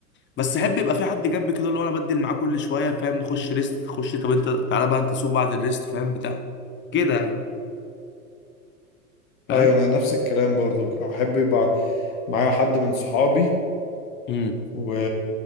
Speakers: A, on the left; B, on the left.
A: بس احب يبقى في حد جنبي كده اللي هو انا بدل معاه كل شويه فاهم نخش ريست خش طب انت تعالى بقى انت سوق بعد الريست فاهم بتاع كده يعني، فاهم
B: أيوة أنا نفس الكلام برضو أحب يبقى معايا حد من صحابي
A: امم
B: و...